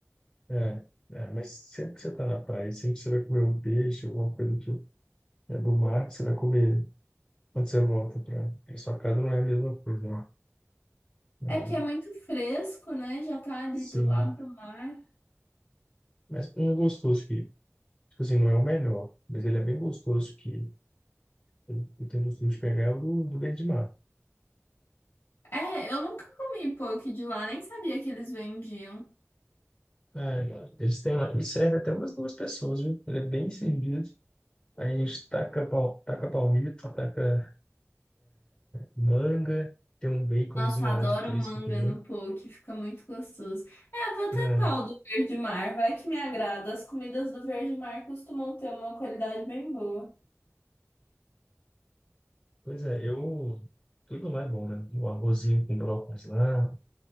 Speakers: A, on the left; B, on the left.
A: É, é, mas sempre que você está na praia, sempre que você vai comer um peixe, alguma coisa que é do mar, que você vai comer quando você volta para sua casa, não é a mesma coisa, né? Não,
B: É porque é muito fresco, né? Já tá ali
A: sim.
B: do lado do mar.
A: Mas um gostoso que, tipo assim, não é o melhor, mas ele é bem gostoso que eu eu tenho costume de pegar é o do, do verde mar.
B: É, eu nunca comi poke de lá, nem sabia que eles vendiam.
A: É, eles têm lá, e serve até umas duas pessoas, viu? Ele é bem servido. Aí a gente taca, pal, taca palmito, taca manga, tem um baconzinho
B: Nossa, adoro
A: lá de Cristo
B: manga
A: também.
B: no poke, fica muito gostoso. É, eu vou tentar
A: né?
B: o do verde mar, vai que me agrada. As comidas do verde mar costumam ter uma qualidade bem boa.
A: Pois é, eu. Tudo lá é bom, né? O arrozinho com brócolis lá.